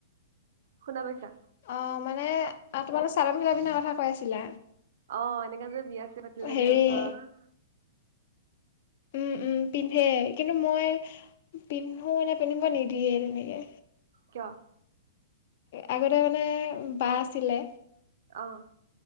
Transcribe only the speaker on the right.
শুনা পাইছা
অ এনেকে যে বিয়া চিয়া পাতিলে
যে ওচৰত
কিয়
আহ